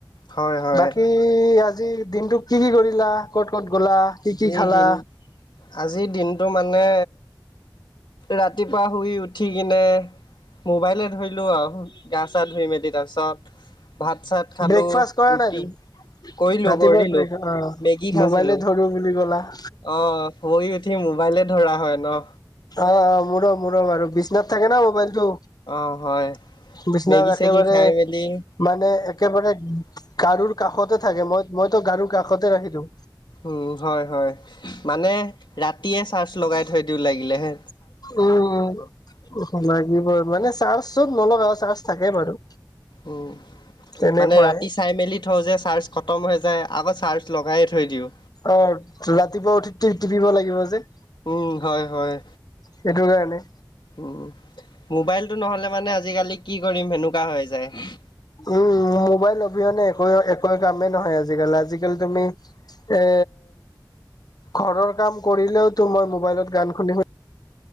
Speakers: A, on the left (about 85°); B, on the left (about 60°).
A: হয় হয়
B: বাকী বাকী আজি দিনটো কি কি কৰিলা ক'ত ক'ত গ'লা? কি
A: আজিৰ
B: কি খালা
A: দিন আজিৰ দিনটো মানে ৰাতিপুৱা শুই উঠি কিনে মোবাইলে ধৰিলোঁ আৰু গা চা ধুই মেলি তাৰপিছত। তাত ভাত চাত খালো
B: ব্ৰেকফাষ্ট কৰা
A: ৰুটি
B: নাই তুমি
A: কৰিলো
B: ৰাতিপুৱা
A: কৰিলো
B: ব্ৰেক অ
A: মেগী খাইছিলো
B: মোবাইলে ধৰো বুলি ক'লা
A: অ শুই উঠি মোবাইলে ধৰা হয় ন
B: অ অ মোৰো মোৰো আৰু বিচনাতে থাকে ন মোবাইলটো
A: অ হয়
B: বিচনাত
A: মেগী
B: একেবাৰে
A: চেগি খাই মেলি
B: মানে একেবাৰে গাৰুৰ কাষতে থাকে মই মইতো গাৰুৰ কাষতে ৰাখি দিওঁ।
A: উম হয় হয় মানে ৰাতিয়ে চাৰ্জ লগাই থৈ দিওঁ লাগিলেহে।
B: উম লাগিবই মানে চাৰ্জত নলগাও চাৰ্জ থাকে বাৰু
A: উম
B: তেনেকুৱাই।
A: মানে ৰাতি চাই মেলি থওঁ যে চাৰ্জ খতম হৈ যায় আকৌ চাৰ্জ লগাই থৈ দিওঁ।
B: অ ৰাতিপুৱা উঠি টি টিপিব লাগিব যে।
A: উম হয় হয়
B: সেইটো কাৰণে।
A: উম মোবাইলটো নহ'লে মানে আজি-কালি কি কৰিম সেনেকুৱা হৈ যায়।
B: উম মোবাইল অবিহনে একোৱে একোৱে কামেই নহয় আজি-কাল আজি-কালি তুমি এ ঘৰৰ কাম কৰিলেওতো মই মোবাইলত গান শুনি শুনি